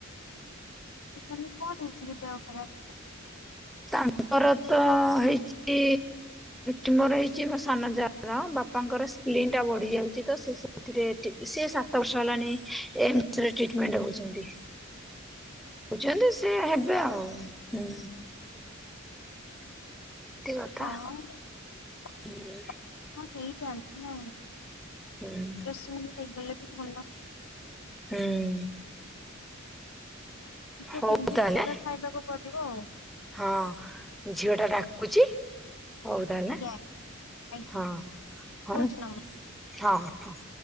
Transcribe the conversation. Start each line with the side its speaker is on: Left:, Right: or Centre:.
Left: ମାନେ କଣ ହେଇଛି କି ଦେହଖରାପ?
Centre: ତାଙ୍କର ତ ହେଇଛି ଟ୍ୟୁମର ହେଇଛି ମୋ ସାନ ଯାଙ୍କର, ବାପାଙ୍କର ସ୍ପଲିନ୍ ଟା ବଢି ଯାଉଛି ତ ସେ ସେଥି ସେ ସାତ ବର୍ଷ ହେଲାଣି ଏମସ ରେ ଟ୍ରିଟମେଣ୍ଟ ହଉଛନ୍ତି।
Left: <inaudible>
Centre: କହୁଛନ୍ତି ସେ ହେବେ ଆଉ ହୁଁ। କଥା
Left: ହଁ ହଁ ମୁ
Centre: ହୁଁ
Left: ଦେଇଛି <unintelligible> ନାଇଁ ଅପେରସନ
Centre: ହୁଁ
Left: ହେଇଗଲେ ତ ଭଲ।
Centre: ହୁଁ
Left: ଟିକେ
Centre: ହଉ
Left: ହେଲ୍ଦି
Centre: ତାହେଲେ
Left: ଖାଇବା ଖାଇବାକୁ ପଡିବ ଆଉ।
Centre: ହଁ ଝିଅ ଟା ଡାକୁଛି ହଉ ତାହେଲେ,
Left: ଆଜ୍ଞା ଆଜ୍ଞା ଆଜ୍ଞା
Centre: ହଁ
Left: ରହୁଛି
Centre: ହ
Left: ନମସ୍କାର।
Centre: ହଁ ହ।